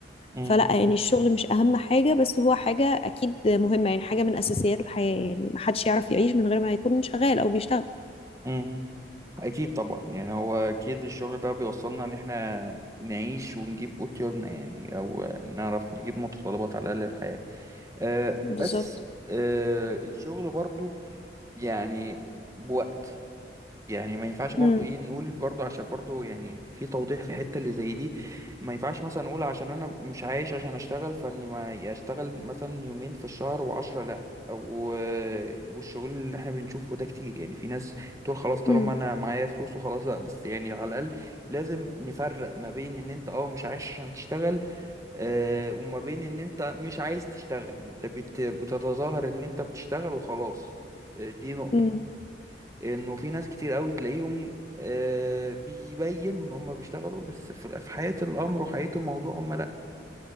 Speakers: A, on the right; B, on the left.
A: مم.
B: فلا يعني الشغل مش أهم حاجة بس هو حاجة أكيد مهمة يعني حاجة من أساسيات الحياة يعني محدش يعرف يعيش من غير ما يكون شغال أو بيشتغل
A: مم. أكيد طبعا يعني هو أكيد الشغل ده بيوصلنا إن إحنا نعيش ونجيب قوتيولنا يعني أو نعرف نجيب متطلبات على الأقل الحياة أه بس
B: بالظبط
A: أه الشغل برضه يعني بوقت يعني ما ينفعش برضو
B: مم.
A: ايه نقول برضو عشان برضو يعني في توضيح في حتة اللي زي دي ما ينفعش مثلا نقول عشان انا مش عايش عشان اشتغل فاني ما اشتغل مثلا يومين في الشهر وعشرة لا او والشغل اللي احنا بنشوفه ده كتير يعني في ناس بتقول خلاص طالما
B: مم.
A: انا معايا فلوس وخلاص لا بس يعني على الاقل لازم نفرق ما بين ان انت اه مش عايش عشان تشتغل آه وما بين ان انت مش عايز تشتغل انت بت- بتتظاهر ان انت بتشتغل وخلاص آه، دي نقطة
B: مم.
A: انه في ناس كتير قوي تلاقيهم آه، بيبينوا ان هم بيشتغلوا بس في في حقيقة الامر وحقيقة الموضوع هم لا